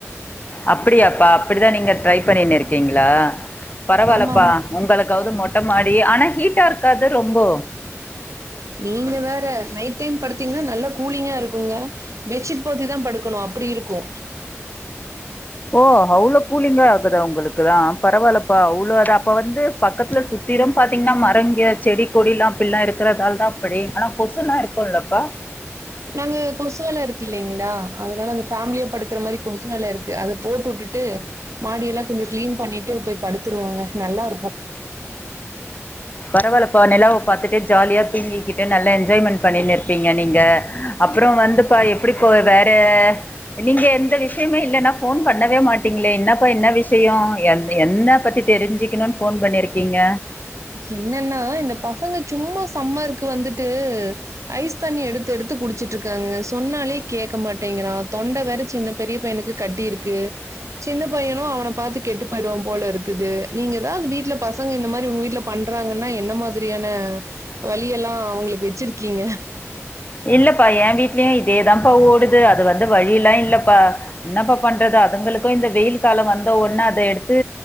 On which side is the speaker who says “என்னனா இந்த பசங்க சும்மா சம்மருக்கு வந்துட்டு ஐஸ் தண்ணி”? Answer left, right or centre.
Right